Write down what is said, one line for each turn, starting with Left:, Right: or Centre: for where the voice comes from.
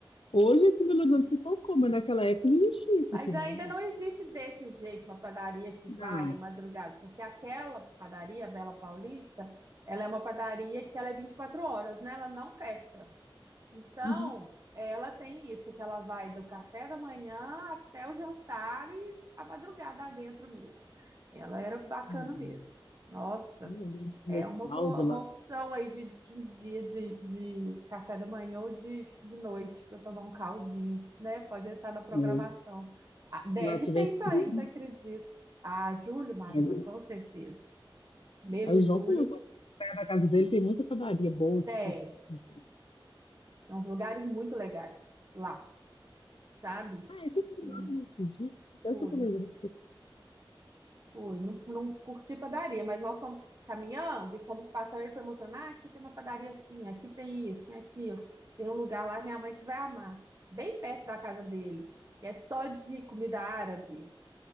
Left: Hoje aqui em Belo Horizonte se tocou, mas naquela época não existia isso
Right: Mas
Left: aqui,
Right: ainda
Left: não.
Right: não existe desse jeito uma padaria que
Left: Não,
Right: vai à madrugada, porque aquela padaria, a Bela Paulista, ela é uma padaria que ela é 24 horas, né? Ela não fecha. Então,
Left: Uhum.
Right: ela tem isso, que ela vai do café da manhã até o jantar e a madrugada dentro mesmo. Ela era bacana
Left: hum,
Right: mesmo. Nossa,
Left: Eu lembro de comer
Right: é uma
Left: caldo
Right: boa, uma
Left: lá.
Right: opção aí de, de um dia de, de café da manhã ou de, de noite para tomar um caldinho, né? Pode entrar na programação.
Left: é,
Right: Ah, deve
Left: Lá tivesse
Right: ter isso
Left: frio.
Right: ainda,
Left: né?
Right: acredito. Ah, julho, Marina,
Left: Aí
Right: com certeza. Mês
Left: o
Right: de
Left: João
Right: julho
Left: falou que perto da casa dele tem muita padaria boa, tipo.
Right: tem.
Left: assim.
Right: Tem uns lugares muito legais lá, sabe?
Left: Ah, esse é o
Right: E
Left: né? Esse dia. Até
Right: fui.
Left: eu tô comendo.
Right: Fui, não, não curti padaria, mas nós fomos caminhando e fomos passando. Ele foi mostrando: ah, aqui tem uma padaria assim, aqui tem isso, tem aquilo. Tem um lugar lá, minha mãe que vai amar, bem perto da casa dele. E é só de comida árabe.